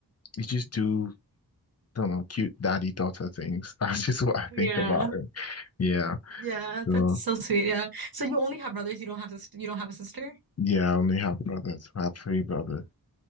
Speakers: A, on the left (about 40°); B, on the right (about 70°).
A: you just do. I don't know, cute daddy daughter things. <laughs> That's just what I
B: Yeah.
A: think about it. Yeah.
B: Yeah.
A: So
B: That's so sweet. Yeah. So you only have brothers. You don't have sis. You don't have a sister.
A: yeah, I only have brothers. I have three brothers.